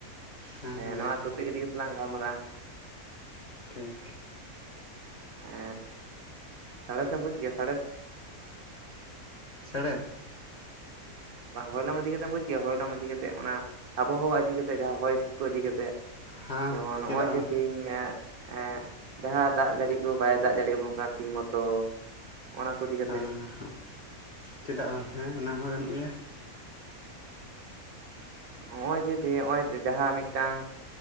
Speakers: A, on the left; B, on the right.
A: ᱦᱮᱸ ᱦᱮᱸ
B: ᱱᱚᱣᱟ
A: ᱞᱟᱹᱭ ᱛᱟᱞᱟᱝ
B: ᱴᱚᱯᱤᱠ ᱜᱤᱫᱤ ᱠᱟᱛᱮ ᱞᱟᱝ ᱜᱟᱞᱢᱟᱨᱟᱜᱼᱟ
A: ᱴᱷᱤᱠ
B: ᱮᱻ ᱥᱟᱬᱮᱥ ᱮᱢ ᱵᱩᱡ ᱜᱮᱭᱟ ᱥᱟᱬᱮᱥ
A: <unintelligible>
B: ᱦᱚᱭ ᱞᱚᱝ ᱤᱫᱤ ᱠᱟᱛᱮᱢ ᱵᱩᱡᱽ ᱜᱮᱭᱟ ᱦᱚᱭ ᱞᱚᱝ ᱤᱫᱤ ᱠᱟᱛᱮ ᱚᱱᱟ ᱟᱵᱚᱦᱟᱣᱟ ᱤᱫᱤ ᱠᱟᱛᱮ ᱡᱟᱦᱟ ᱦᱚᱸᱭ ᱠᱚ ᱤᱫᱤ ᱠᱟᱛᱮᱫ
A: ᱦᱮᱸ
B: ᱡᱮᱢᱚᱱ ᱱᱚᱸᱜᱼᱚᱭ
A: ᱪᱮᱫᱟᱜ
B: ᱡᱮ
A: ᱵᱟᱝ
B: ᱛᱤᱦᱤᱧ ᱦᱟᱸᱜ ᱡᱟᱸᱦᱟ ᱫᱟᱜ ᱡᱟᱹᱲᱤ ᱠᱚ ᱵᱟᱭ ᱫᱟᱜ ᱡᱟᱹᱲᱤ ᱟᱵᱩᱱ ᱠᱟᱱᱟ ᱴᱷᱤᱠ ᱢᱚᱛᱚ ᱚᱱᱟ ᱠᱚ ᱤᱫᱤ ᱠᱟᱛᱮ
A: ᱦᱮᱸ ᱪᱮᱫᱟᱜ ᱵᱟᱝ ᱦᱮᱸ ᱚᱱᱟ ᱦᱚᱸ ᱜᱟᱱᱚᱜ ᱜᱮᱭᱟ᱾
B: ᱦᱚᱸᱜᱼᱚᱭ ᱡᱮ <unintelligible> ᱡᱟᱦᱟᱸ ᱢᱤᱫ ᱴᱟᱝ